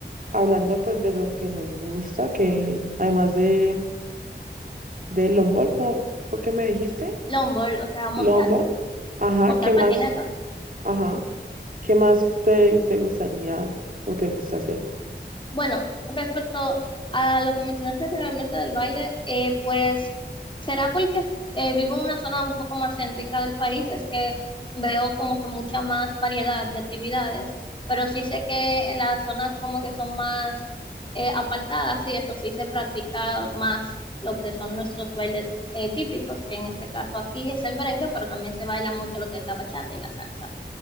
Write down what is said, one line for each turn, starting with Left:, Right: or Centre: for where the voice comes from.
Right: hablando pues de lo que nos gusta, que además de, de longboard, ¿cómo fue que me dijiste?
Left: longboard, o sea, montar,
Right: Longboard. Ajá,
Left: montar
Right: ¿qué más?
Left: patineta.
Right: Ajá. ¿Qué más te, te gustaría o te gusta hacer?
Left: Bueno, respecto a lo que mencionaste anteriormente del baile, eh, pues será porque eh, vivo en una zona un poco más céntrica del país, es que veo como que mucha más variedad de actividades, pero sí sé que en las zonas como que son más eh, apartadas y eso sí se practica más lo que son nuestros bailes eh, típicos, que en este caso aquí es el merengue, pero también se baila mucho lo que es la bachata y la salsa.